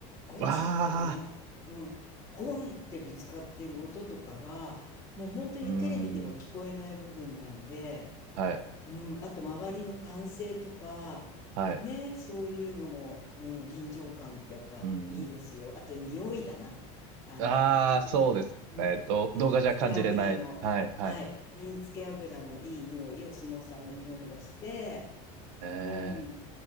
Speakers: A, on the left (about 20°); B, on the right (about 75°).
A: ゴチッとかね、
B: わあ、
A: うん、ゴンってぶつかってる音とかが、もう本当にテレビでは聞こえない部分なので、
B: うーん、はい、
A: うん、あと周りの歓声とか、
B: はい、
A: ね、そういうのも、うん、臨場感ってやっぱいいですよ。
B: うん、
A: あと匂いだな。あの、
B: うん。ああ、そうですね。
A: んうん、
B: ど、
A: 瓶付け油の、
B: 動画じゃ感じれない。はい、はい。
A: はい、瓶付け油のいい匂い、お相撲さんの匂いがして、
B: ええ、
A: うん、